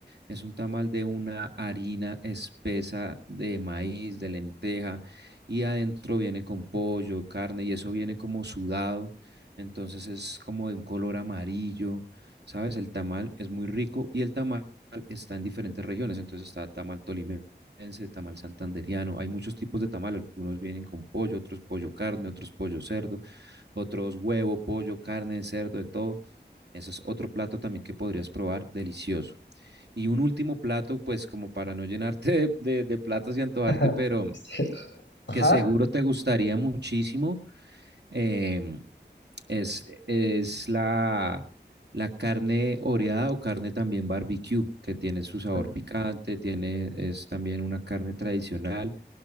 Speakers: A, on the right; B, on the left.
A: es un tamal de una harina espesa de maíz, de lenteja, y adentro viene con pollo, carne, y eso viene como sudado, entonces es como de un color amarillo, ¿sabes? El tamal es muy rico y el tamal está en diferentes regiones, entonces está tamal tolimense, tamal santanderiano, hay muchos tipos de tamal, algunos vienen con pollo, otros pollo carne, otros pollo cerdo, otros huevo, pollo, carne, cerdo, de todo. Ese es otro plato también que podrías probar, delicioso. Y un último plato, pues como para no llenarte de, de- de platos y antojarte,
B: <laughs>
A: pero
B: Sí. Ajá,
A: que seguro te gustaría muchísimo, em, es, es la, la carne oreada o carne también barbecue, que tiene su sabor
B: perdón,
A: picante, tiene, es también una carne tradicional